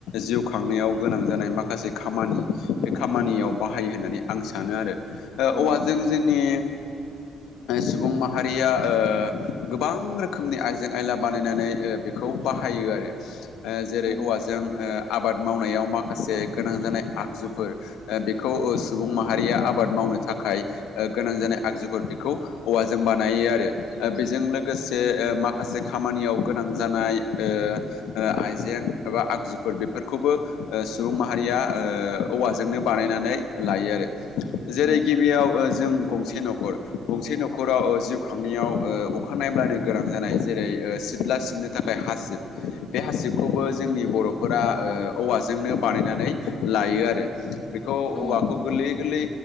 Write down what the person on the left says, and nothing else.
जिउ खांनायाव गोनां जानाय माखासे खामानि बे खामानियाव बाहायो होननानै आं सानो आरो
ओ औव जों जोंनि सुबुं माहारिया ओ गोबां रोखोमनि आइजें आयला बानायनानै बे खौ बाहायो आरो जेरै
औव जों आबाद मावनायाव माखासे गोनां जानाय आगजुफोर ओ बेखौ ओ सुबुं माहारिया आबाद मावनो थाखाय ओ गोनां जानाय आगजुफोर बेखौ औवाजों बानायो आरो बेजों लोगोसे ओ माखासे खामानियाव गोनां जानाय ओ ओ आइजें एबा आगजुफोर बेफोरखौबो ओ सुबुं माहारिया ओ औवाजोंनो बानायनानै लायो आरो जेरै
गिबियाव ओ जों गंसे न'खर गंसे न'खराव ओ जिउ खांनायाव ओ अख नायब्लानो गोनां जानाय जेरै सिथ्ला खिबनो थाखाय हासिब बे हासिबखौबो जोंनि बर'फोरा ओ औवाजोंनो बानायनानै लायो आरो बेखौ
औवाखौ गोरलै गोरलै